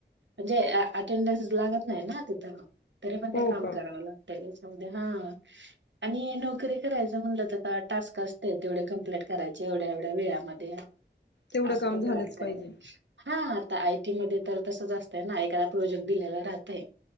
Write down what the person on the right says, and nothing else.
म्हणजे अटेंडन्स लागत नाही ना तिथं. तरी पण
ते काम
करावं लागत. हा आणि नोकरी करायच म्हटलं तर का टास्क असते. तेवढे कंप्लीट करायच्या एवढ्या-एवढ्या वेळामध्ये
असं
पण
राहतय.
हा. आय. टी मध्ये तर तसंच असतय ना, ऐकायला प्रोजेक्ट दिलेला राहतय